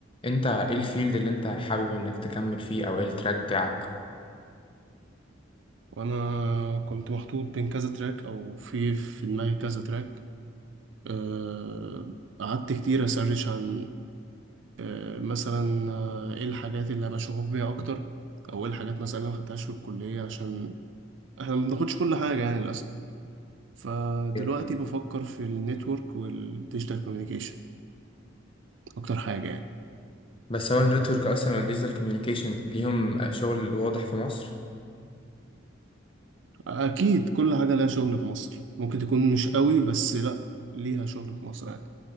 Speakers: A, on the left; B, on the right.
A: انت ايه الفيلد اللي انت حابب انك تكمل فيه او ايه التراك بتاعك
B: وانا كنت محطوط بين كذا تراك او في في دماغي كذا تراك أه، قعدت كتير اسرش عن أه، مثلا أه، ايه الحاجات اللي هبقى شغوف بيها اكتر او ايه الحاجات مثلا اللي ما خدتهاش في الكليه عشان احنا ما بناخدش كل حاجه يعني للاسف فدلوقتي
A: أيوة.
B: بفكر في النتورك والديجيتال كوميونيكيشن اكتر حاجه يعني
A: بس هو النتورك اصلا والديجيتال كوميونيكيشن ليهم شغل واضح في مصر
B: اكيد كل حاجه لها شغل في مصر ممكن تكون مش قوي بس لا ليها شغل في مصر عادي